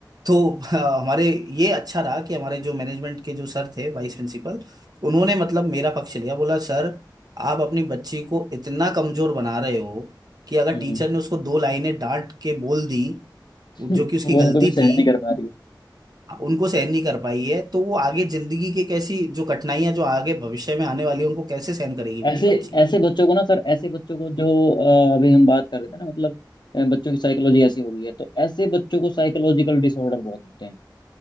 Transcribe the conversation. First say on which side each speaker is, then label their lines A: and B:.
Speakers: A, on the right; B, on the left.
A: तो <laughs> हमारे ये अच्छा रहा कि हमारे जो मैनेजमेंट के जो सर थे वाइस प्रिंसिपल उन्होंने मतलब मेरा पक्ष लिया बोला सर आप अपनी बच्ची को इतना कमजोर बना रहे हो कि अगर
B: हम्म,
A: टीचर ने उसको दो लाइनें डांट के बोल दी जो
B: हम्म,
A: कि उसकी
B: वो
A: गलती
B: उनको भी सहन
A: थी
B: नहीं कर पा रही है
A: उनको सहन नहीं कर पाई है तो वो आगे जिंदगी के कैसी जो कठिनाइयां जो आगे भविष्य में आने वाली है उनको कैसे सहन करेगी
B: ऐसे
A: मेरी बच्ची
B: ऐसे बच्चों को ना सर ऐसे बच्चों को जो अ, अभी हम बात कर रहे थे ना मतलब अ, बच्चों की साइकोलॉजी ऐसी हो गई है तो ऐसे बच्चों को साइकोलॉजिकल डिसऑर्डर बहुत होते हैं